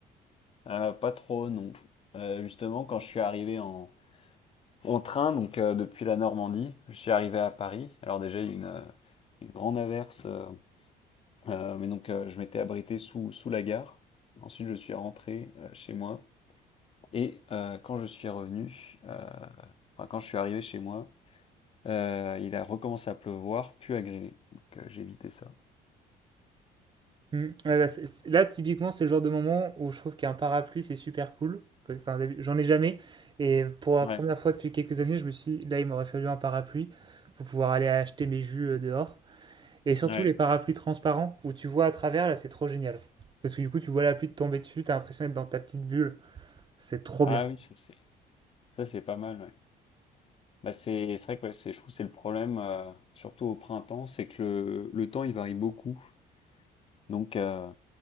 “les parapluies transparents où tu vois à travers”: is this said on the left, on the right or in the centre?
Right